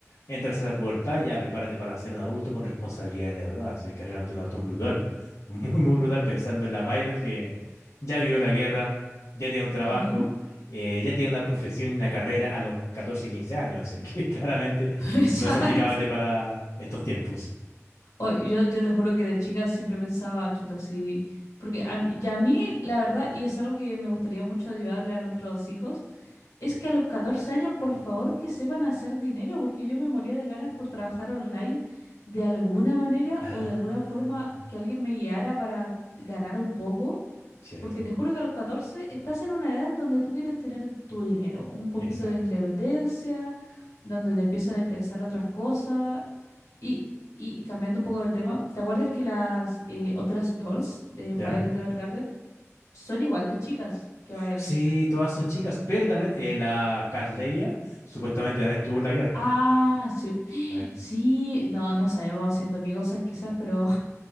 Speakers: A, on the left; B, on the left.
A: entras a la pubertad y ya prepárate para ser un adulto con responsabilidades de verdad. Así que realmente una cuestión brutal. Muy, muy brutal pensando en la Violet que ya vivió la guerra, ya tiene un trabajo,
B: Ujú.
A: eh, ya tiene una profesión y una carrera a los 14 15 años. Así que <laughs> claramente
B: <laughs> Exacto.
A: no es aplicable para estos tiempos.
B: Oh, yo, yo te juro que de chica siempre pensaba, chuta, así. Porque a, mí- y a mí, la verdad, y es algo que me gustaría mucho ayudarle a nuestros hijos, es que a los 14 años, por favor, que sepan hacer dinero, porque yo me moría de ganas por trabajar online de alguna manera
A: Ah,
B: o de alguna forma que alguien me guiara para ganar un poco.
A: cierto,
B: Porque te juro que a los 14 estás en una edad en donde tú quieres tener tu dinero, un poquito
A: exacto.
B: de independencia, donde te empiezan a interesar otras cosas. Y, y cambiando un poco del tema, ¿te acuerdas que las eh, otras dolls de
A: ¿Ya?
B: Violet Evergarden son igual de chicas que Violet?
A: Sí, todas son chicas, pero también eh, la Cat Leia supuestamente también estuvo en la guerra.
B: Ah, sí. <gasps>
A: También.
B: Sí, no, no sabemos haciendo qué cosas quizás, pero